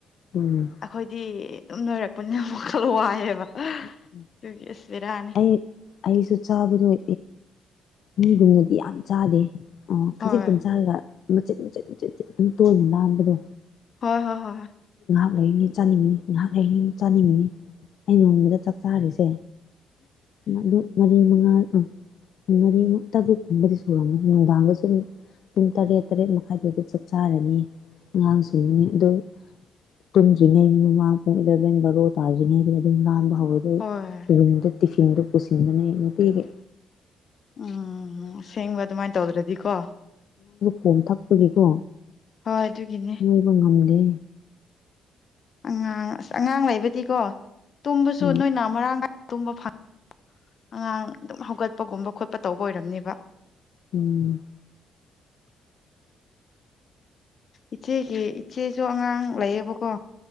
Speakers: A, on the left; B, on the left.
A: ꯎꯝ
B: ꯑꯩꯈꯣꯏꯗꯤ ꯑꯗꯨꯝ ꯅꯣꯏꯔꯛꯄꯅꯤꯅ ꯑꯃꯨꯛ ꯈꯜ ꯋꯥꯏꯑꯦꯕ
A: ꯎ
B: ꯑꯗꯨꯒꯤ ꯑꯁ ꯕꯦꯔꯥꯅꯤ
A: ꯑꯩ ꯑꯩꯁꯨ ꯆꯥꯕꯗꯣꯏ ꯃꯤꯒꯨꯝꯅꯗꯤ ꯌꯥꯝ ꯆꯥꯗꯦ ꯈꯖꯤꯛꯇꯪ
B: ꯍꯣꯏ
A: ꯆꯥꯔꯒ ꯃꯆꯦꯠ ꯃꯆꯦꯠ ꯃꯆꯦꯠ ꯃꯆꯦꯠ ꯑꯗꯨꯝ ꯇꯣꯏꯅ ꯂꯅꯥꯝꯕꯗꯣ
B: ꯍꯣꯏ ꯍꯣꯏ ꯍꯣꯏ
A: ꯥꯛ ꯂꯩꯔꯤꯅꯤ ꯆꯥꯅꯤꯡꯉꯤꯅꯤ ꯉꯥꯏꯍꯥꯛ ꯂꯩꯔꯤꯅꯤꯩ ꯑꯃꯨꯛ ꯆꯥꯅꯤꯡꯉꯤꯅꯤ ꯑꯩ ꯅꯣꯡꯃꯗ ꯆꯥꯛ ꯆꯥꯔꯤꯁꯦ ꯑꯗꯨ ꯃꯔꯤ ꯃꯉꯥ ꯑ ꯃꯔꯤꯃꯨꯛ ꯇꯔꯨꯛ ꯀꯨꯝꯕꯗꯤ ꯁꯨꯔꯝꯒꯅꯤ ꯅꯨꯡꯗꯥꯡꯒ ꯁ ꯄꯨꯡ ꯇꯔꯦꯠ ꯇꯔꯦꯠ ꯃꯈꯥꯏꯗ ꯆꯥꯛ ꯆꯥꯔꯅꯤ ꯑꯉꯥꯡ ꯁꯨꯕꯅꯤ ꯑꯗꯣ ꯇꯨꯝꯗ꯭ꯔꯤꯉꯩ ꯃꯃꯥꯡꯄꯣꯛꯂꯕꯦꯟ ꯕꯔꯣ ꯇꯥꯗ꯭ꯔꯤꯉꯩꯗ ꯑꯗꯨꯝ ꯂ ꯍꯧꯋꯗꯩ
B: ꯍꯣꯏ
A: ꯔꯨꯝꯗ ꯇꯤꯐꯤꯟꯗ ꯄꯨꯁꯤꯟꯗꯅ ꯑꯩ ꯅꯨꯡꯇꯒꯤ
B: ꯎꯝ ꯁꯦꯡꯕ ꯑꯗꯨꯃꯥꯏꯅ ꯇꯧꯗ꯭ꯔꯗꯤꯀꯣ
A: ꯈꯣꯡ ꯊꯛꯄꯒꯤꯀꯣ
B: ꯍꯣꯏ ꯑꯗꯨꯒꯤꯅꯦ
A: ꯅꯣꯏꯕ ꯉꯝꯗꯦ
B: ꯑꯉꯥꯡ ꯑꯁ ꯑꯉꯥꯡ ꯂꯩꯕꯗꯤꯀꯣ ꯇꯨꯝꯕꯁꯨ
A: ꯎꯝ
B: ꯅꯣꯏꯅ ꯃꯔꯥꯡ ꯀꯥꯏ ꯇꯨꯝꯕ ꯐꯪ ꯑꯉꯥꯡ ꯑꯗꯨꯝ ꯍꯧꯒꯠꯄꯒꯨꯝꯕ ꯈꯣꯠꯄ ꯇꯧꯕ ꯑꯣꯏꯔꯝꯅꯦꯕ
A: ꯎꯝ
B: ꯏꯆꯦꯒꯤ ꯏꯆꯦꯁꯨ ꯑꯉꯥꯡ ꯂꯩꯌꯦꯕꯀꯣ